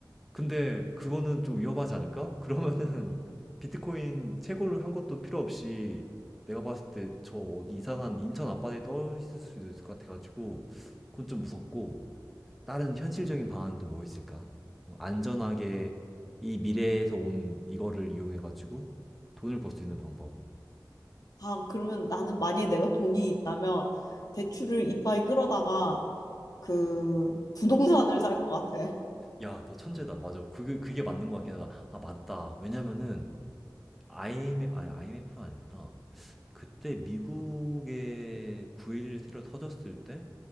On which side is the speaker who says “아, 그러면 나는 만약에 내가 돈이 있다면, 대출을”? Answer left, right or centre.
Left